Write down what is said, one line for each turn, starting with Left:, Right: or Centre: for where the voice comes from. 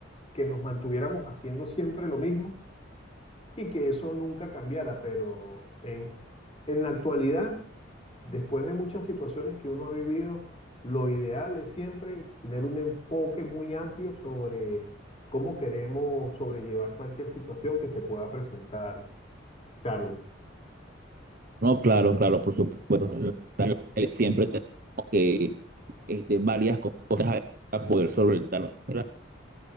Left: que nos mantuviéramos haciendo siempre lo mismo y que eso nunca cambiara, pero en, en la actualidad, después de muchas situaciones que uno ha vivido, lo ideal es siempre tener un enfoque muy amplio sobre cómo queremos sobrellevar cualquier situación que se pueda presentar, Charles.
Right: No, claro, claro, por supuesto. eh, Siempre tenemos que este, varias cosas para poder solventar. ¿verdad?